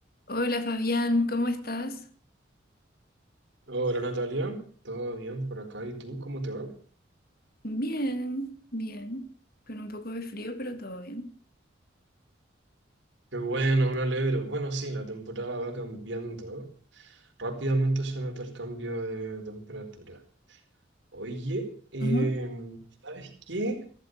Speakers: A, on the left; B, on the right.
A: Hola Fabián, ¿cómo estás?
B: Hola Natalia, ¿todo bien por acá? ¿Y tú? ¿Cómo te va?
A: Bien, bien, con un poco de frío, pero todo bien.
B: Qué bueno, me alegro. Bueno, sí, la temporada va cambiando. ¿eh? Rápidamente se nota el cambio de temperatura. Oye, eh,
A: Ujú,
B: ¿sabes qué?